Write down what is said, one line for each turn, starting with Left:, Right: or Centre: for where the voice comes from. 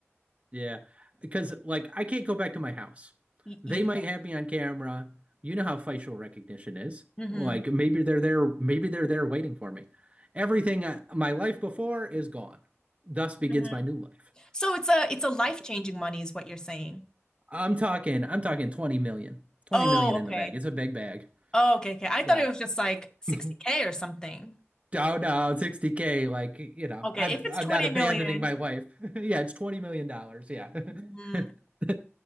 Right: Yeah, because like I can't go back to my house.
Left: Y-
Right: They
Left: You, can.
Right: might have me on camera. You know how facial recognition is.
Left: hmm
Right: Like maybe they're there, maybe they're there waiting for me. Everything I, my life before is gone. Thus begins
Left: hmm
Right: my new life.
Left: So it's a it's a life-changing money is what you're saying.
Right: I'm talking, I'm talking 20 million. 20
Left: Oh,
Right: million in
Left: okay.
Right: the bag. It's a big bag.
Left: Oh, okay, okay. I
Right: Yeah.
Left: thought it was just like 60K
Right: <laughs>
Left: or something.
Right: Down, down, 60K. Like, you know,
Left: Okay,
Right: I'm
Left: if it's
Right: I'm
Left: 20
Right: not abandoning
Left: million,
Right: my wife. <laughs> Yeah, it's 20 million dollars. Yeah.
Left: mm,
Right: <laughs>